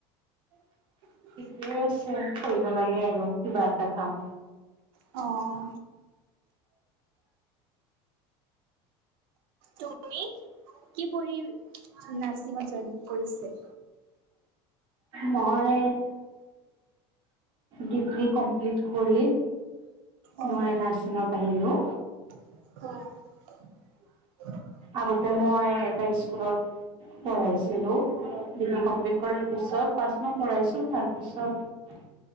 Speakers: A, on the right (about 80°); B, on the right (about 40°).
A: <inaudible>
B: ঠিকে আছে কৰিব লাগে আৰু কিবা এটা কাম।
A: অ', তুমি কি পঢ়ি নাৰ্চিংত জইন কৰিছে?
B: মই ডিগ্ৰী কমপ্লিট কৰি।
A: অ'
B: মই নাৰ্চিংত আহিলোঁ।
A: <inaudible>
B: আগতে মই এটা স্কুলত পঢ়াইছিলোঁ ডিগ্ৰী কমপ্লিট কৰাৰ পিছত পাঁচ মাহ পঢ়াইছোঁ তাৰপিছত